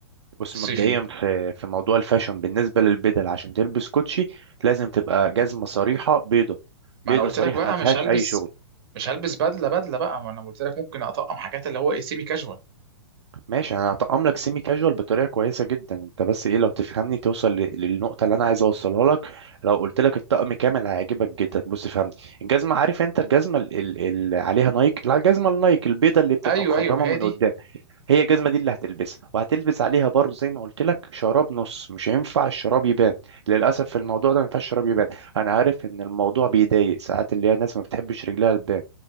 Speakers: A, on the right; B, on the right.
A: بص
B: الصيفي
A: مبدئيا
B: دي
A: في في موضوع الفاشن بالنسبه للبدل عشان تلبس كوتشي لازم تبقى جزمه صريحه بيضه
B: ما
A: بيضه
B: انا قلت
A: صريحه
B: لك بقى
A: ما فيهاش
B: مش هلبس
A: اي شغل
B: مش هلبس بدله بدله بقى ما انا قلت لك ممكن اطقم حاجات اللي هو ايه سيمي كاجوال
A: ماشي انا هطقم لك سيمي كاجوال بطريقه كويسه جدا انت بس ايه لو تفهمني توصل ل- للنقطه اللي انا عايز اوصلها لك لو قلت لك الطقم كامل هيعجبك جدا بص فهمني الجزمه عارف انت الجزمه اللي, اللي عليها نايك لا الجزمه النايك البيضه اللي بتبقى
B: ايوه
A: مخرمه
B: ايوه ما هي
A: من
B: دي
A: قدام هي الجزمه دي اللي هتلبسها وهتلبس عليها برضه زي ما قلت لك شراب نص مش هينفع الشراب يبان للاسف في الموضوع ده ما ينفعش الشراب يبان انا عارف ان الموضوع بيضايق ساعات اللي هي الناس ما بتحبش رجلها تبان